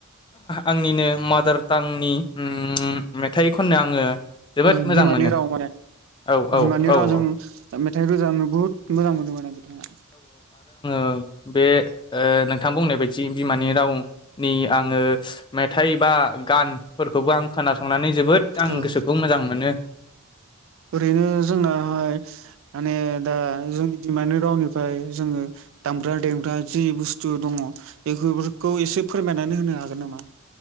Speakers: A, on the left; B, on the right.
A: आंनिनो मादार टांनि ओ मेथाइ खननो आङो जोबोद
B: ओ
A: मोजां
B: बिमानि
A: मोनो
B: राव माने
A: औ औ
B: बिमानि
A: औ
B: रावजों
A: औ
B: मेथाइ रोजाबनो बुहुत मोजां मोनो माने बिथांआ
A: ओ बे ओ नोंथां बुंनाय बायदि बिमानि राव नि आंङो मेथाइ बा गान फोरखौबो आं खोनासंनानै जोबोद आं
B: औ
A: गोसोखौ मोजां मोनो।
B: ओरैनो जोंनाहाय माने दा जोंनि बिमानि रावनिफ्राय जोंङो दामग्रा देग्रा जि बुस्थु दंङ बेफोरखौ एसे फोरमायनानै होनो हागोन नामा?